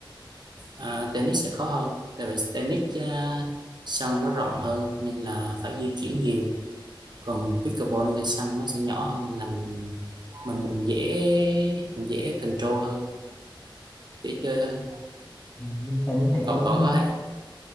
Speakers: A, on the right; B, on the left.
A: À, tennis sẽ khó hơn tại vì tennis à, sân nó rộng hơn nên là phải di chuyển nhiều còn pickleball nên sân nó sẽ nhỏ hơn nên là mình mình mình dễ mình dễ control hơn dễ chơi hơn
B: Ừ, mình tại mình thấy cái
A: cậu
B: môn
A: cậu có hay